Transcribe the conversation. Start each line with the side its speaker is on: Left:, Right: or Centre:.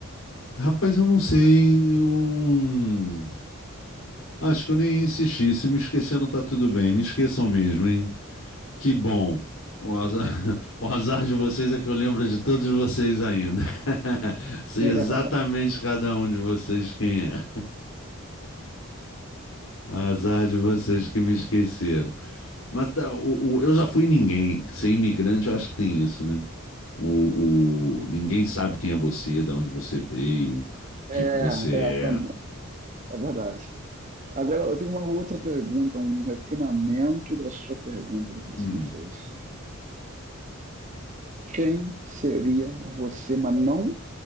Left: rapaz, eu não sei. Eu... Acho que eu nem insisti. Se me esqueceram, tá tudo bem. Me esqueçam mesmo, hein? Que bom. O azar, <laughs> o azar de vocês é que eu lembro de todos vocês ainda. <laughs> Sei
Right: <laughs>
Left: exatamente cada um de vocês quem é. Azar de vocês que me esqueceram. Mas tá, o, o- eu já fui ninguém. Ser imigrante, eu acho que tem isso, né? O, o- ninguém sabe quem é você, de onde você veio, o
Right: É,
Left: que que você é.
Right: é, tam- é verdade. Agora, eu tenho uma outra pergunta, um refinamento da sua pergunta, do que você
Left: Hum.
Right: me fez. quem seria você, mas não